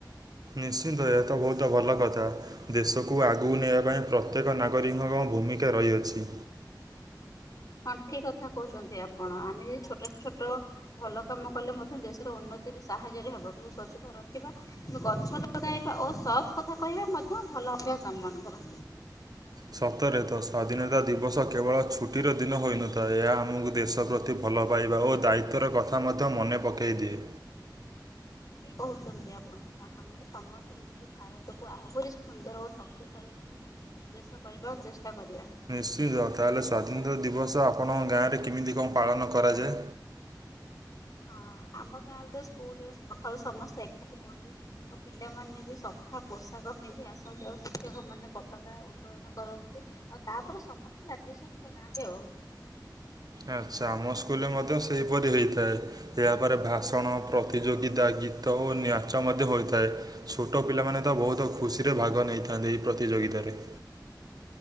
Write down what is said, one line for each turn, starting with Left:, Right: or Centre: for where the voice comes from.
Right: ନିଶ୍ଚିନ୍ତ ଏହା ତ ବହୁତ ଭଲ କଥା। ଦେଶକୁ ଆଗକୁ ନେବା ପାଇଁ ପ୍ରତ୍ୟେକ ନାଗରିକଙ୍କ ଭୂମିକା ରହିଅଛି।
Left: ହଁ ଠିକ କଥା କହୁଛନ୍ତି ଆପଣ ଆମେ ଯଦି ଛୋଟ ଛୋଟ ଭଲ କାମ କଲେ ମଧ୍ୟ ଦେଶର ଉନ୍ନତିରେ ସାହାଯ୍ୟରେ ହବ। କିନ୍ତୁ ସ୍ଵଛତା ରଖିବା ଗଛ ଲଗେଇବା ଓ ସତ୍ କଥା କହିବା ମଧ୍ୟ ଭଲ ଅଭ୍ୟାସ ଆମ ମାନଙ୍କର।
Right: ସତରେ ତ ସ୍ୱାଧୀନତା ଦିବସ କେବଳ ଛୁଟିର ଦିନ ହୋଇନଥାଏ। ଏହା ଆମକୁ ଦେଶ ପ୍ର ତି ଭଲ ପାଇବା ଓ ଦାୟିତ୍ୱର କଥା ମଧ୍ୟ ମନେ ପକେଇ ଦିଏ।
Left: ଠିକ୍ କହୁଛନ୍ତି ଆପଣଙ୍କ ଆମେ ସମସ୍ତେ ମି ସେ ଭାରତକୁ ଆହୁରି ସୁନ୍ଦର ଓ ଶକ୍ତିଶାଳୀ ଦେଶ କରିବାକୁ ଚେଷ୍ଟା କରିବା।
Right: ନିଶ୍ଚିତ, ତାହେଲେ ସ୍ୱାଧୀନତା ଦିବସ ଆପଣଙ୍କ ଗାଁରେ କେମିତି କଣ ପାଳନ କରାଯାଏ।
Left: ହଁ ଆମ ଗାଁ ରେ ତ ସ୍କୁଲରେ ସକାଳୁ ସମସ୍ତେ ଏକାଠି ହୁଅନ୍ତି। ଆ ପିଲାମାନେ ବି ସଫା ପୋଷାକ ପିନ୍ଧି ଆସନ୍ତି, ଆଉ ଶିକ୍ଷକ ମାନେ ପତାକା ଉତ୍ତୋଳନ କରନ୍ତି। ଆଉ ତାପରେ ସମସ୍ତ ଜାତୀୟ ସଙ୍ଗୀତ ଗାଆନ୍ତି ଆଉ।
Right: ଆଚ୍ଛା ଆମ ସ୍କୁଲରେ ମଧ୍ୟ ସେହିପରି ହେଇଥାଏ। ଏହାପରେ ଭାଷଣ ପ୍ରତିଯୋଗିତା ଗୀତ ଓ ନ୍ୟାଚ ମଧ୍ୟ ହୋଇଥାଏ। ଛୋଟ ପିଲାମାନେ ତ ବହୁତ ଖୁସିରେ ଭାଗ ନେଇଥାନ୍ତି ଏହି ପ୍ରତିଯୋଗିତାରେ।